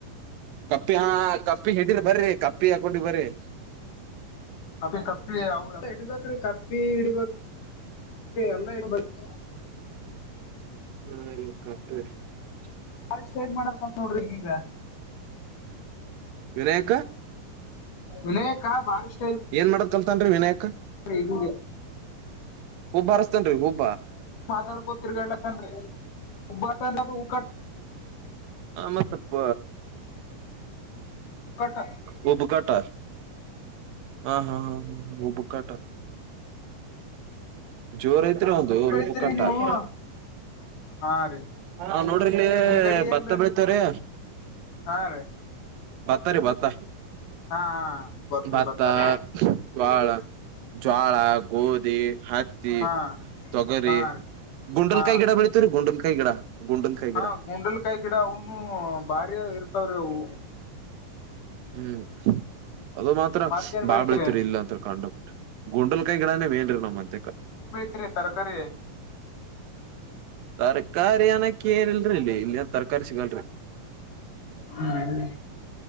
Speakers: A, on the right; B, on the left.
A: ಕಪ್ಪಿ ಯಾ ಕಪ್ಪಿ ಹಿಡಿದು ಬರಿ ಕಪ್ಪಿ ಪ್ರಿಯಾ ಗುಂಡುಗ್ಬರಿ.
B: ಅದೊಂದು ತಪ್ಪಲೆ, ಇಡ ಬೇಕ್ರಿ ಕಪ್ಪಿ ಇಡ್ಬೇಕು. ಎಲ್ಲ ಇರಬೇಕು.
A: <unintelligible>
B: ಬಾರಿಷ್ಟ್ ಸೂಜು ಮಾಡಕಂತ್ ನೋಡ್ರಿ ಈಗ.
A: ವಿನಾಯಕ
B: ವಿನಾಯಕ ಭಾರಿಷ್ಟ್.
A: ಏನ್ ಮಾಡುತ್ತಂತ್ರಿ ವಿನಾಯಕು.
B: ಲಿನು
A: ಹುಬ್ ಹಾರುಸ್ತೆನ್ರಿ ಹುಬ್ಬು.
B: ಮಾತಾಡ್ಕೊತ್ರಿ ಹೇಳಪ್ಅಂದ್ರಿ ಹುಬ್ಬ ತಗಂಡಗೂ ಹುಬ್ಬ್ ಗರ್.
A: ಮತ್ತಪ್ಪ
B: ಉಗ್ಗಟ್ಟ
A: ಹುಬ್ಬು ಕಾಟರ್ ಹ ಹಾ ಹ ಹುಬ್ಬ ಕಾಟರ್. ಜೋರು ಐತ್ರೀ ಅದು
B: ಬೆಳಿತೀರಿ
A: ಹಿಡುಕ್ಪಯ್.
B: ನೀವು ಹಾ ರೀ
A: ಹಾ ನೋಡಿಲ್ಲಿ
B: ನಿಮ್ ಕಡಿ ಏನ್
A: ಭತ್ತ
B: ಬೆ
A: ಬೆಳಿತರೆ.
B: ಹಾ ರೀ
A: ಬತ್ತರಿ ಬತ್ತ.
B: ಹಾ ಗೊತ್ರಿ
A: ಭತ್ತಾ,
B: ಬತ್ತ
A: ಜ್ವಳ, ಜ್ವಾಳ, ಗೋದಿ. ಹತ್ತಿ
B: ಹಾ
A: ತೊಗರಿ.
B: ಹಾ ರೀ
A: ಗುಂಡಲ್
B: ಹಾ
A: ಕಾಯಿ ಗಿಡ ಬೆಳಿತಾರೆ, ಗುಂಡಲ್ ಕಾಯಿ ಗಿಡ, ಗುಂಡಲ್ ಕಾಯಿ
B: ಹಾ
A: ಗಿಡ.
B: ಗುಂಡಲ್ಕಾಯಿ ಗಿಡ ಅವನು ಭಾರಿ ಇರ್ತಾವ್ರಿ ಅವು.
A: ಹ್ಮ್ ಅದು ಮಾತ್ರ
B: ಮತ್ತೇನ್
A: ಬಾಳ್
B: ಬೆಳತ್ರಿ
A: ಬೆಳತರಿ ಇಲ್ಲ ಅಂತ ಕಂಡೋಗಕ್ ಬಿ ಗುಂಡಲ್ ಕೈ ಗಿಡನೆ ಮೇನ್ರಿ ನಮ್ಮಂತೆ.
B: ಕರಿ ತರಕಾರಿ.
A: ತರ್ಕಾರಿ ಅನಕ್ಕ ಏನಲ್ರಿ ಇಲ್ಲಿ ಇಲ್ಲಿ ತರಕಾರಿ ಸಿಗಲ್ರಿ.
B: ಹ್ಮ್.